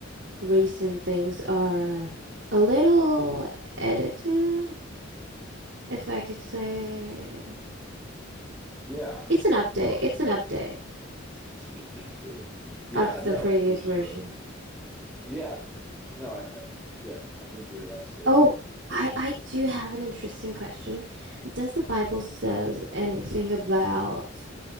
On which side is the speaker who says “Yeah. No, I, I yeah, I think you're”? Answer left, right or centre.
Centre